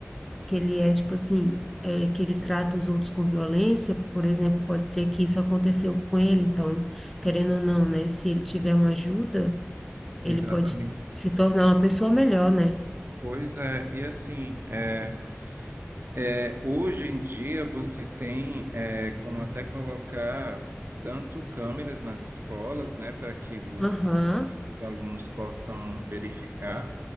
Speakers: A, in the centre; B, on the right.
A: que ele é tipo assim, é, que ele trata os outros com violência, por exemplo, pode ser que isso aconteceu com ele, então, querendo ou não, né, se ele tiver
B: sim.
A: uma ajuda, ele
B: Exatamente.
A: pode se tornar uma pessoa melhor, né?
B: Pois é, e assim, é, É, hoje em dia você tem é, como até colocar tanto câmeras nas escolas, né, para que os,
A: Aham,
B: os alunos possam verificar